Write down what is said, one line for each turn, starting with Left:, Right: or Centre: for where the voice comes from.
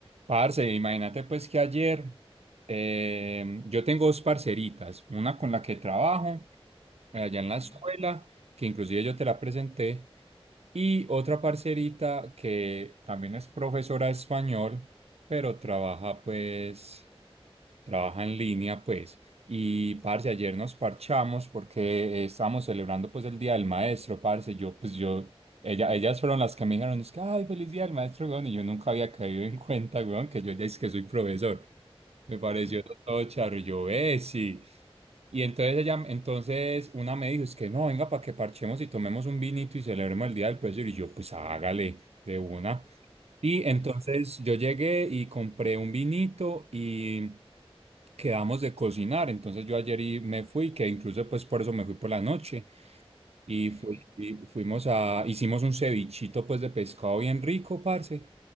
Right: Parce, imagínate pues que ayer em, yo tengo dos parceritas, una con la que trabajo eh, allá en
Left: Sí,
Right: la escuela, que inclusive yo te la presenté, y otra parcerita que también es profesora de español, pero trabaja pues Trabaja en línea, pues. Y, parce, ayer nos parchamos porque eh, estábamos celebrando, pues, el Día del Maestro, parce. Yo, pues, yo, ella, ellas fueron las que me dijeron, es que, ay, feliz Día del Maestro, weón. Y yo nunca había caído en cuenta, weón, que yo ya es que soy profesor. Me pareció
Left: Sí, sí.
Right: todo charro. Y yo, eh, sí. Y entonces ella, entonces una me dijo, es que no, venga, para que parchemos y tomemos un vinito y celebremos el Día del Profesor. Y yo, pues, hágale de una. Y entonces
Left: sí,
Right: yo llegué y compré un vinito y quedamos de cocinar. Entonces yo ayer y me fui, que incluso pues por eso me fui por la noche. Y,
Left: sí,
Right: fui- y fuimos a, hicimos un cevichito pues de pescado bien rico, parce.